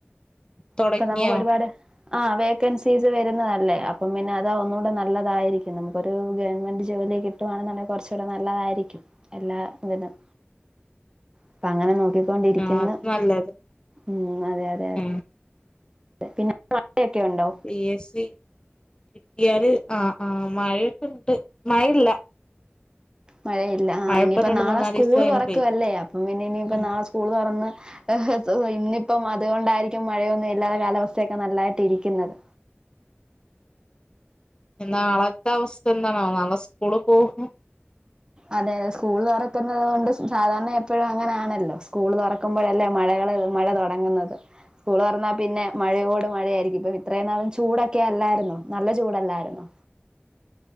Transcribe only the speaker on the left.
തുടങ്ങിയോ
ആഹ് അത് നല്ലത്
ഏഹ്
പി എസ് സി കിട്ടിയാല് ആഹ ആഹ മഴയൊക്കെ ഇണ്ട് മഴയില്ല
മഴപ്പ
രണ്ട്
മൂന്നാല്
ദിവസായിണ്
പെയ്തിട്ട്
ഉം
നാളത്തെ അവസ്ഥ എന്താണാവോ നാളെ സ്കൂള് പോകു